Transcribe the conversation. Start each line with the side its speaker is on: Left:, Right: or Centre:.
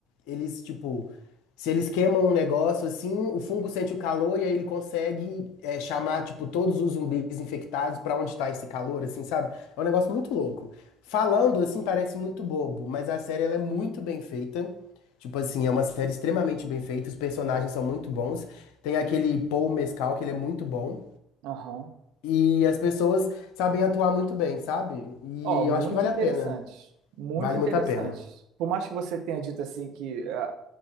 Left: eles tipo se eles queimam um negócio assim, o fungo sente o calor e aí ele consegue é, chamar tipo todos os zumbis infectados para onde está esse calor, assim, sabe? É um negócio muito louco. Falando assim parece muito bobo, mas a série ela é muito bem feita. Tipo assim, é uma série extremamente bem feita, os personagens são muito bons. Tem aquele Paul Mescal, que ele é muito bom.
Right: Aham.
Left: E as pessoas sabem atuar muito bem, sabe? E
Right: Ó, muito
Left: eu acho que vale
Right: interessante.
Left: a pena.
Right: Muito
Left: Vale
Right: interessante.
Left: muito a pena.
Right: Por mais que você tenha dito assim que ah,